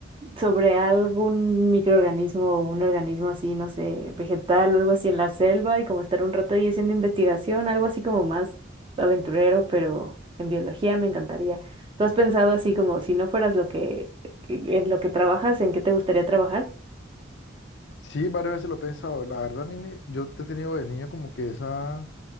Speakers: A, on the right (about 25°); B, on the left (about 60°).
A: sobre algún microorganismo o un organismo así, no sé, vegetal o algo así en la selva y como estar un rato ahí haciendo investigación, algo así como más aventurero, pero en biología me encantaría. ¿Tú has pensado así como si no fueras lo que, que- en lo que trabajas, en qué te gustaría trabajar?
B: Sí, varias veces lo he pensado. La verdad, a mí me- yo he tenido de niño como que esa